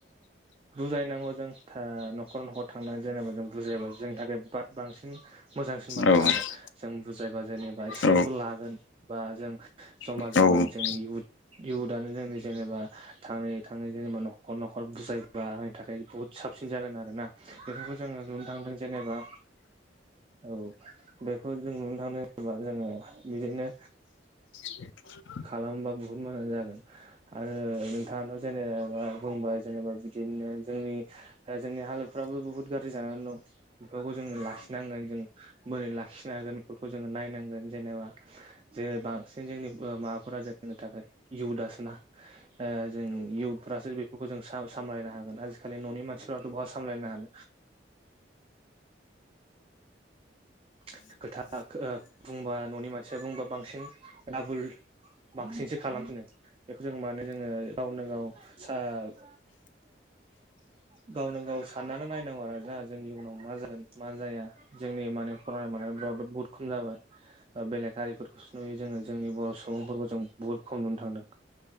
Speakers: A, on the right; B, on the left.
A: बुजायनांगौ जोंहा न'खर न'खर थांनानै जेनेबा जों बुजायाबा जोंनि थाखाय बाद बांसिन मोजांसिन बाथ्रा
B: औ
A: आरो जों बुजायबा जेनेबा एसेबाबो
B: औ
A: लागोन बा जों जमा
B: औ
A: जमानि जोंनि इउथ इयउथआनो जोंनि जेनेबा थाङै थाङै जेनेबा न'खर न'खर बुजायबा आंनि थाखाय बुहुत साबसिन जागोन आरो ना बेफोरखौ जोङो नुनो थांदों जेनेबा औ बेखौ जों नुनो थांनो जेनेबा जोङो बिदिनो
B: <inaudible>
A: खालामबा बुहुत मोजां जागोन आरो नोंथाङाथ' जेनेबा बुंबा जेनेबा बिदिनो बिदिनो जोंनि जोंनि हालोदफ्राबो बुहुत गाज्रि जानानै दं बेफोरखौ जोङो लाखिनांगोन जों बोरै लाखिनो खिनो हागोन बेफोरखौ जोङो नायनांगोन जेनेबा जे बांसिन जोंनि माबाफोरा जोंनि थाखाय इयुथ आसोना ओ जों इयुथफ्रासो बेफोरखौ जों सामलायनो हागोन आजिखालि न'नि मानसि <unintelligible> बहा सामलायनो हानो <unintelligible> खोथा ओ बुंबा न'नि मानसिया बुंबा बांसिन आबुल बांसिनसो खालामफिनो बेखौ जों मानो जोङो गावनो गाव सोब <inaudible> गावनो गाव साननानै नायनांगौ आरो जोंहा जोंनि इयनाव मा जागोन मा जाया जोंनि माने फरायनाय मानाय बुहुत खम जाबाय बेलेक हारिफोरखौसो नुयो जोङो जोंनि बर' सुबुंफोरखौ जों बुहुत खम नुनो थांदों